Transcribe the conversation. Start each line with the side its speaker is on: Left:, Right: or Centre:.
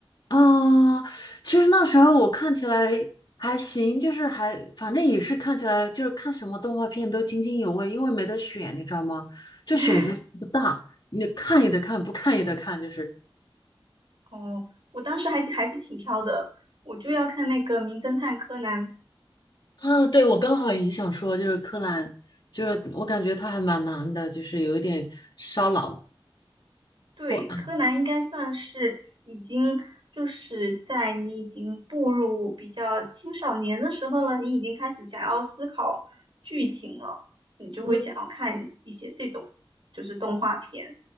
Left: 啊，其实那时候我看起来还行，就是还反正也是看起来就是看什么动画片都津津有味，因为没得选，你知道吗？就选择性不大，
Right: <laughs>
Left: 你看也得看，不看也得看，就是
Right: 哦，我当时还还是挺挑的，我就要看那个《名侦探柯南》。
Left: 啊，对，我刚好也想说，就是柯南，就是我感觉他还蛮难的，就是有一点烧脑
Right: 对，
Left: 破案。
Right: 柯南应该算是已经就是在你已经步入比较青少年的时候了，你已经开始想要思考剧情了，你就会想要看一些这种就是动画片，
Left: 嗯